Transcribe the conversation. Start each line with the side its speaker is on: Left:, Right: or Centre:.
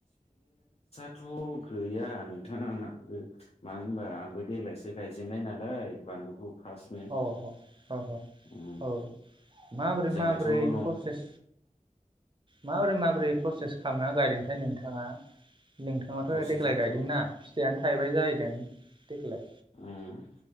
Left: थ' गैया नोंथां आंनाबो मानो होनबा आंबो देग्लायसो गायजेननाय नालाय बानलुखौ। फार्स्टनो
Right: अ अ अ अ
Left: उम
Right: औ माबोरै
Left: जोंनाथ'
Right: माबोरै
Left: न'
Right: प्रसेस माबोरै माबोरै प्रसेस खालामना गायदोंथाय नोंथाङा? नोंथाङाथ'
Left: प्रसेसआथ'
Right: देग्लाय गायदोंना फिथाइयानो थाहैबाय जाहैदों। देग्लाय
Left: उम